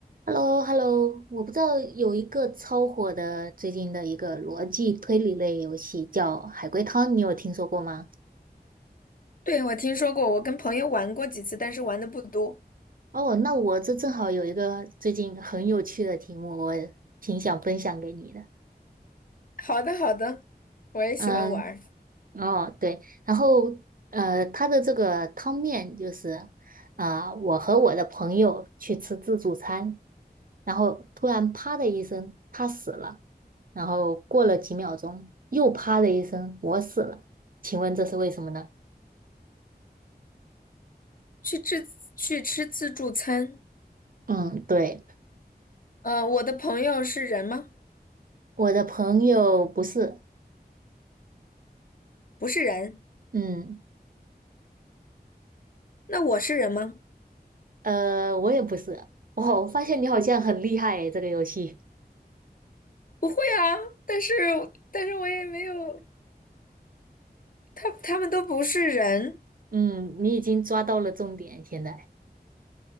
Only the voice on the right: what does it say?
h e l l o h e l l o 我不知道有一个超火的最近的一个逻辑推理类游戏叫《海龟汤》，你有听说过吗？
哦，那我这正好有一个最近很有趣的题目，我挺想分享给你的。
嗯，哦，对，然后呃，它的这个汤面就是啊、我和我的朋友去吃自助餐，然后突然啪的一声，他死了，然后过了几秒钟，又啪的一声，我死了，请问这是为什么呢？
嗯，对，
我的朋友不是，
嗯，
呃，我也不是，哦，我发现你好像很厉害诶，这个游戏，
嗯，你已经抓到了重点，现在，